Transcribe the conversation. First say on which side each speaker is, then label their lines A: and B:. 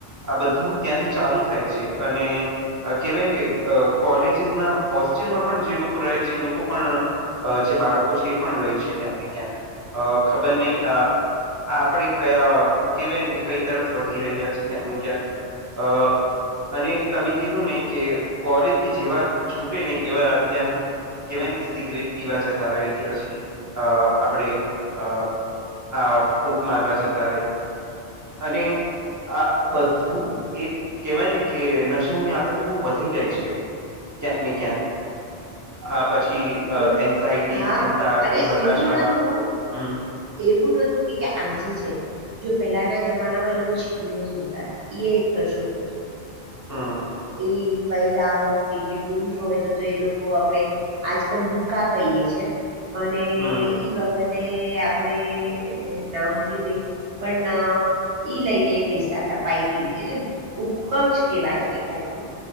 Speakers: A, on the right; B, on the right.
A: આ બધું ત્યાંથી ચાલુ થાય છે અને કહેવાય ને કે કોલેજીસ ના હોસ્ટેલમાં પણ જે લોકો રહે છે એ લોકો પણ અ જે બાળકો છે એ પણ લે છે ક્યાંક ને ક્યાંક અ ખબર નહી આ આપણે કયા કહેવાય ને કે કઈ તરફ વધી રહ્યા છે ક્યાંક ને ક્યાંક અ અને તમે કીધું ને કે કોરેજ થી જેવા છૂટે ને એવા ત્યાં કહેવાય ને કે સિગરેટ પીવા જતા રહી કે પછી અ આપણે અ હા ફૂક મારવા જતા રહી અને આ બધું એક કેહેવાય ને કે નશાની આદતો બહુ વધી ગઈ છે ક્યાંક ને ક્યાંક આ પછી
B: હું
A: એન્ઝાયટી
B: હા
A: ચિંતા
B: અને
A: કે હતાશામાં
B: એવું નતું
A: હમ
B: એવું નોતું કે આજે છે જો પહેલાના જમાનામાં લોકો છીકણીઓ સુતા તા એક નશો જ હતો.
A: હા.
B: એ બૈરા હોય કે પુરુષ હોય તો તો એ લોકો આપણે આજકાલ હુકા કહીએ છે અને
A: હમ
B: ઈ વખતે આપણે નામ ભૂલી ગઈ પણ ઈ લઈને બેસતા હતા પાઈપિંગ એટલે કુકર જ કેવાય એ ટાઈપનું